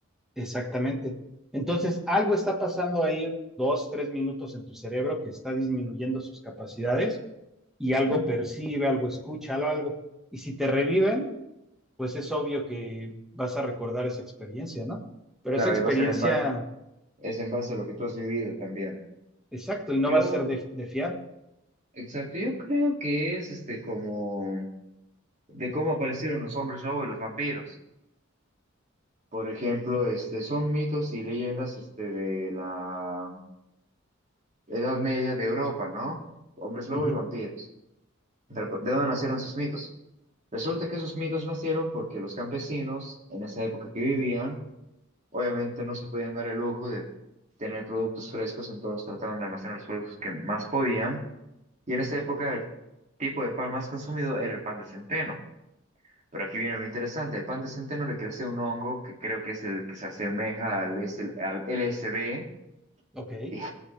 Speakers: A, in the centre; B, on the right (about 35°).
A: exactamente. Entonces, algo está pasando ahí dos, tres minutos en tu cerebro que está disminuyendo sus capacidades y algo
B: ¿Mm?
A: percibe, algo escucha, algo, algo. Y si te reviven, pues es obvio que vas a recordar esa experiencia, ¿no? Pero
B: Claro,
A: esa experiencia,
B: y va a ser en ba- es en base a lo que tú has vivido también.
A: exacto, y no
B: Yo,
A: va a ser de, de fiar.
B: exacto, yo creo que es este como de cómo aparecieron los hombres lobo y los vampiros. Por ejemplo, este, son mitos y leyendas este, de la Edad Media de Europa, ¿no? Hombres lobo
A: Ujú,
B: y vampiros. ¿De de dónde nacieron sus mitos? Resulta que esos mitos nacieron porque los campesinos, en esa época que vivían, obviamente no se podían dar el lujo de tener productos frescos, entonces trataban de almacenar los productos que más podían. Y en esa época el tipo de pan más consumido era el pan de centeno. Pero aquí viene lo interesante, el pan de centeno le crece un hongo que creo que es el que se asemeja al, es- al LSD. <laughs>
A: Ok,
B: Y,